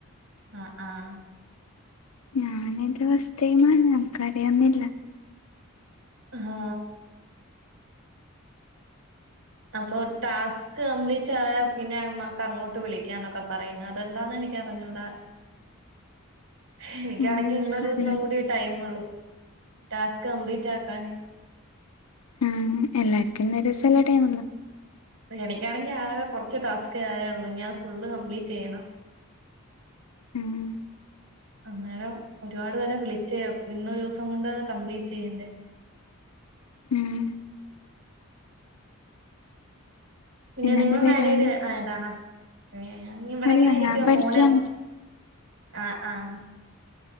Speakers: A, on the right; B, on the left.
A: ആഹ് ആഹ്
B: ഞാനിത് ഫസ്റ്റ് ടൈമന്നാ നമുക്ക് അറിയുന്നില്ല
A: ഹാ അപ്പൊ ടാസ് ക്ക് കംപ്ലീറ്റ് ആയാ പിന്നെ അമ്മക്ക് അങ്ങോട്ട് വിളിക്കാന്നൊക്കെ പറയുന്നു അതെന്താന്ന് എനിക്ക് അറിഞ്ഞൂടാ എനിക്കാണെങ്കി
B: ഉം
A: ഇന്നൊരൂസം
B: കറി
A: കൂടിയേ ടൈമ് ഉള്ളു ടാസ്ക് കംപ്ലീറ്റാകാന്
B: ആഹ് എല്ലാർക്കും ഇന്നോരുസല്ലേ ടൈം ഒള്ളു
A: എനിക്കാണെങ്കി ആകെ കൊറച്ച് ടാസ്കേ ആയൊള്ളൂ ഇനി അത് ഫുള്ള് കംപ്ലീറ്റ് ചെയ്യണം
B: ഉം
A: അന്നേരം ഒരുപാട് പേരെ വിളിച്ചേ ഇന്നൊരു ദിവസം കൊണ്ട് അത് കംപ്ലീറ്റ് ചെയ്യണ്ടേ
B: ഉം
A: പിന്നെ
B: പിന്നെന്താ
A: നിങ്ങള്
B: പരിപാടി
A: മാരീഡ് ആയതാണോ ഞാൻ ഇവിട
B: അല്ല
A: ഇങ്ങനെ ഇരിക്കുവാ
B: ഞാൻ പഠിക്കാണ്
A: മോനെ നോ ആഹ് ആഹ്